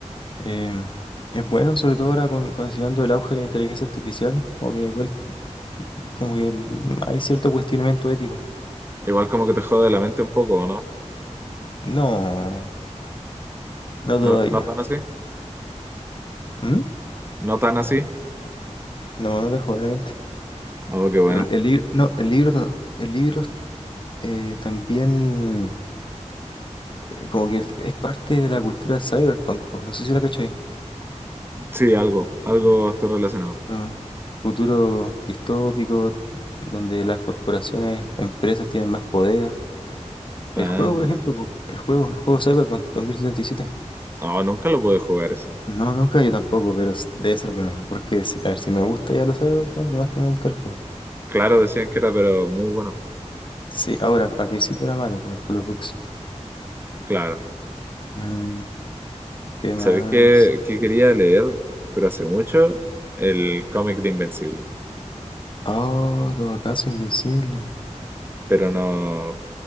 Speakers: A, on the left; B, on the right.
A: Em, es bueno, sobre todo ahora con, considerando el auge de la inteligencia artificial. Como que, igual- como que mm, hay cierto cuestionamiento ético.
B: Igual como que te jode la mente un poco, ¿no?
A: No, no todavía.
B: ¿No, no tan así?
A: ¿Mm?
B: ¿No tan así?
A: No, no te jodas la mente.
B: Oh, qué bueno.
A: Pero el, el libro, no, el libro, ta- el libro eh, también. eh, como que es es parte de la cultura cyberpunk, pues, no sé si la cachai.
B: Sí, algo. Algo estoy relacionado.
A: Ah, futuro distópico, donde las corporaciones, empresas tienen más poder.
B: Ah,
A: El juego, por ejemplo,
B: ya.
A: po, el juego, el juego Cyberpunk dos mil setenta y siete.
B: no, nunca lo pude jugar ese.
A: No, nunca yo tampoco, pero s- debe ser bueno, porque si, a ver, si me gusta ya los Cyberpunk, además que me gusta el juego.
B: Claro, decían que era, pero muy bueno.
A: Sí, ahora, al principio era malo por, con los bugs.
B: Claro.
A: Mm, ¿qué más?
B: ¿Sabes qué, qué quería leer? Pero hace mucho, el cómic de Invencible.
A: Oh, todo acaso invencible.
B: Pero no,